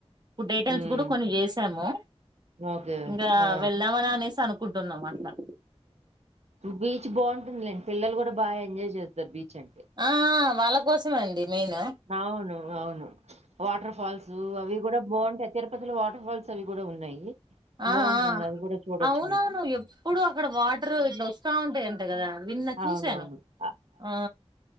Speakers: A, on the right; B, on the right.
A: ఫుడ్ ఐటమ్స్
B: హ్మ్.
A: కూడా కొన్ని చేసాము
B: ఓకే.
A: ఇంకా
B: ఆ!
A: వెళ్దామని అనేసి అను కుంటున్నాం అట్లా
B: బీచ్ బాగుంటుందిలేండి పిల్లలు కూడా బాగా ఎంజాయ్ చేస్తారు బీచ్ అంటే.
A: ఆ ఆ వాళ్ళ కోసమే అండి మెయిన్ ఆ
B: అవును అవును వాటర్ ఫాల్సు అవి కూడా బాగుంటాయ్ తిరు తిరుపతి లో వాటర్ ఫాల్స్ అవి కూడా ఉన్నాయి
A: అ
B: బావుంటుంది.
A: ఆ
B: అది గూడా చూడొచ్చు
A: అవునవును
B: మీరు.
A: ఎప్పుడు అక్కడ వాటర్ ఇట్లా వస్తా ఉంటాయి విన్న చూసాను
B: అవునవును. అ
A: ఆ